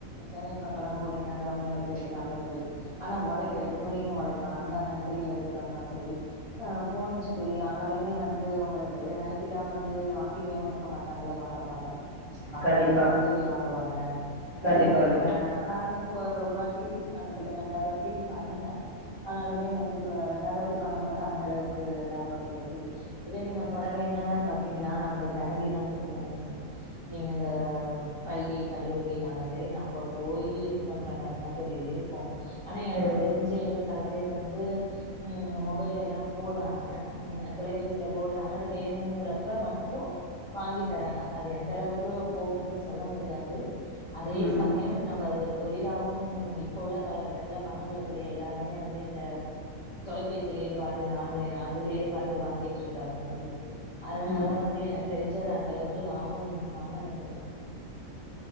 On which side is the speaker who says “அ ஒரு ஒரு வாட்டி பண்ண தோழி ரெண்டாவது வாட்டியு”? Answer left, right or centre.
Left